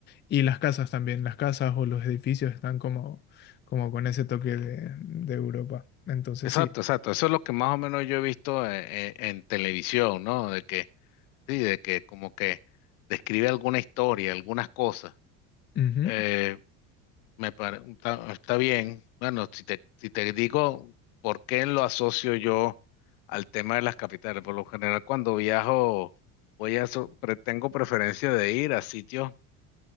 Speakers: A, on the left (about 25°); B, on the left (about 70°).
A: Y las casas también, las casas o los edificios están como, como con ese toque de, de Europa. Entonces
B: Exacto,
A: sí,
B: exacto. Eso es lo que más o menos yo he visto eh, eh, en, televisión, ¿no? De que, sí, de que como que describe alguna historia, algunas cosas.
A: Ujú,
B: Eh, me pare- está, está bien. Bueno, si te, si te digo por qué lo asocio yo al tema de las capitales, por lo general cuando viajo, voy a, so- pre- tengo preferencia de ir a sitios